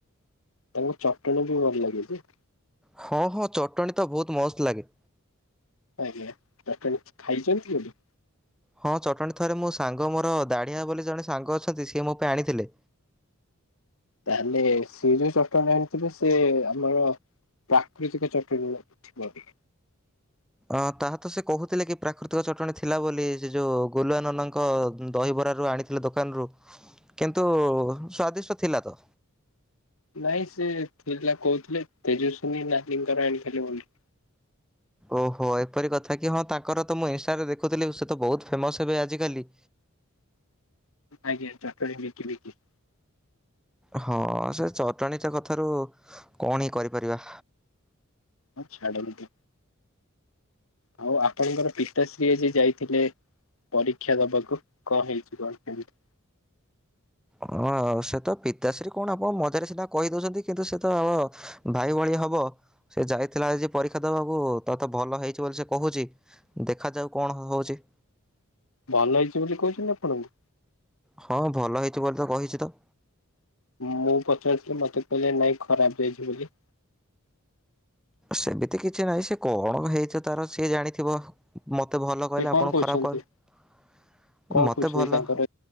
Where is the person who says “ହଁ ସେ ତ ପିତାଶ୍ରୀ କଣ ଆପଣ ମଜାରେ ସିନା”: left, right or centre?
Centre